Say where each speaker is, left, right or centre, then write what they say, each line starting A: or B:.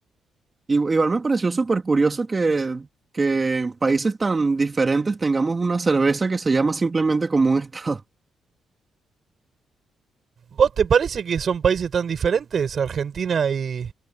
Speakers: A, on the right (about 25°); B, on the right (about 45°).
A: Y- Igual me pareció súper curioso que, que en países tan diferentes tengamos una cerveza que se llama simplemente como un <laughs> estado.
B: ¿Vos te parece que son países tan diferentes, Argentina y,